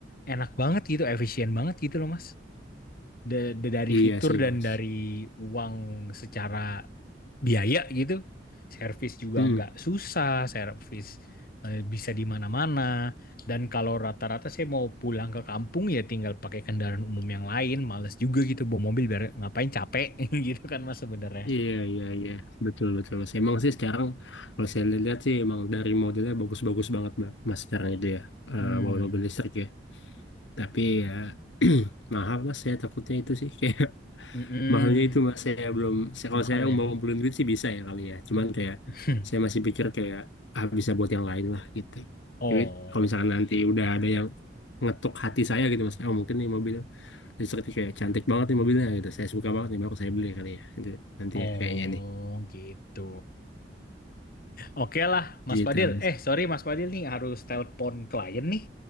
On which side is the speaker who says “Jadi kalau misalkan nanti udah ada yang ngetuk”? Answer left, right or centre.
Left